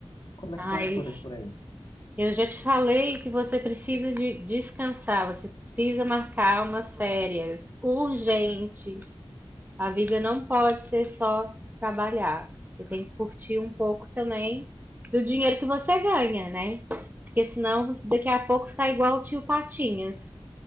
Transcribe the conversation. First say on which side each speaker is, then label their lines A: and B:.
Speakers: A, on the left (about 50°); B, on the right (about 15°).
A: Como é
B: Ai,
A: que estão as coisas por aí?
B: eu já te falei que você precisa de descansar, você precisa marcar umas férias urgentes. A vida não pode ser só trabalhar. Você tem que curtir um pouco também do dinheiro que você ganha, né? Porque senão daqui a pouco tá igual o tio Patinhas,